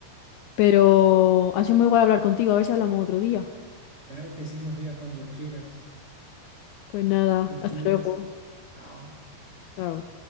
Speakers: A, on the left; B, on the right.
A: pero ha sido muy guay hablar contigo, a ver si hablamos otro día.
B: Claro que sí, Sofía, cuando quieras.
A: Pues nada,
B: Te
A: hasta
B: cuidas.
A: luego.
B: Chao.
A: Chao.